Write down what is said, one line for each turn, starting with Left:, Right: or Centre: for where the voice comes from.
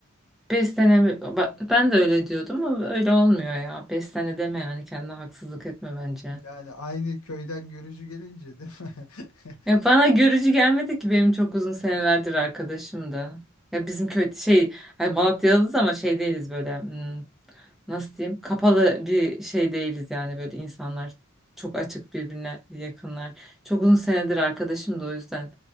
Centre: Beş sene mi? Ba- Ben de öyle diyordum ama öyle olmuyor ya. Beş sene deme yani kendine haksızlık etme bence.
Left: Yani aynı köyden görücü gelince değil mi? <laughs>
Centre: Ya bana görücü gelmedi ki benim çok uzun senelerdir arkadaşım da. Ya bizim köy şey hani Malatyalıyız ama şey değiliz böyle hmm, nasıl diyeyim kapalı bir şey değiliz yani böyle insanlar çok açık birbirine yakınlar. Çok uzun senedir arkadaşım da o yüzden